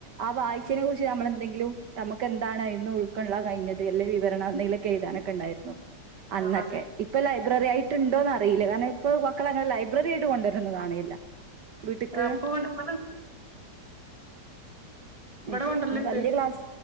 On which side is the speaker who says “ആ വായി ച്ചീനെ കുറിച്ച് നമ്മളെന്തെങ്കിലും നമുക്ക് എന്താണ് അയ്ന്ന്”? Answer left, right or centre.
Right